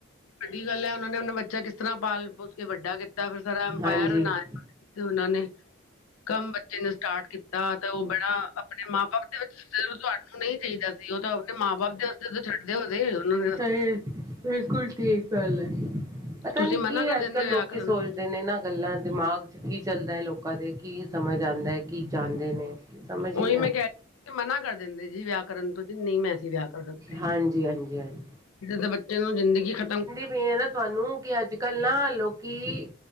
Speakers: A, on the left; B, on the right.
A: ਵੱਡੀ ਗੱਲ ਐ। ਉਹਨਾਂ ਨੇ ਉਹ ਬੱਚਾ ਕਿਸ ਤਰ੍ਹਾਂ ਪਾਲ ਪੋਸ ਕੇ ਵੱਡਾ ਕਿ ਕਾਫੀ ਸਾਰਾ ਅੰਪਾਇਰ
B: ਹਾਂਜੀ-ਹਾਂਜੀ।
A: ਬਣਾਇਆ ਉਹਨਾਂ ਨੇ ਕੰਮ ਬੱਚੇ ਨੇ ਸਟਾਰਟ ਕੀਤਾ। ਤੇ ਉਹ ਬੜਾ ਆਪਣੇ ਮਾਂ ਬਾਪ ਦੇ ਚਲ ਜਦੋਂ ਤੁਹਾਨੂੰ ਨਹੀਂ ਚਾਹੀਦਾ ਸੀ। ਉਹ ਤਾਂ ਆਪਣੇ ਮਾਂ ਬਾਪ ਦੇ ਵਾਸਤੇ ਜਦੋਂ ਛੱਡਦੇ ਓਦੇਂ ਉਹਨਾਂ ਨੂੰ
B: ਸਹੀ, ਬਿਲਕੁਲ ਠੀਕ ਗੱਲ ਐ।
A: ਛੱਡ
B: ਪਤਾ
A: ਤੁਸੀਂ
B: ਨੀ।
A: ਮਨਾ
B: ਕੀ
A: ਕਰ
B: ਅੱਜ
A: ਦਿੰਦੇ
B: ਕੱਲ੍ਹ
A: ਵਿਆਹ
B: ਲੋਕੀ
A: ਕਰਨ
B: ਸੋਚਦੇ
A: ਤੋਂ
B: ਨੇ ਨਾ। ਗੱਲਾਂ ਦਿਮਾਗ ਚ ਕੀ ਚੱਲਦਾ ਐ। ਲੋਕਾਂ ਦੇ ਕੀ ਸਮਝ ਆਉਂਦਾ ਐ। ਕੀ ਚਾਹੁੰਦੇ ਨੇ ਸਮਝ ਹੀ
A: ਉਹੀ
B: ਨਹੀਂ
A: ਮੈਂ
B: ਆਉਂਦਾ
A: ਕਹਿ ਰਹੀ ਮਨਾ ਕਰ ਦਿੰਦੇ ਜੀ। ਵਿਆਹ ਕਰਨ ਤੋਂ ਜੀ, ਨਹੀਂ ਆਸੀ ਵਿਆਹ ਕਰ ਦਿੱਤੇ।
B: ਹਾਂਜੀ ਹਾਂਜੀ ਹਾਂਜੀ
A: ਜਿਦੇ ਬੱਚੇ ਦੀ ਜ਼ਿੰਦਗੀ ਖਤਮ
B: ਫੇਰ ਨਾ ਤੁਹਾਨੂੰ, ਕਿ ਅੱਜ-ਕੱਲ ਨਾ ਲੋਕੀ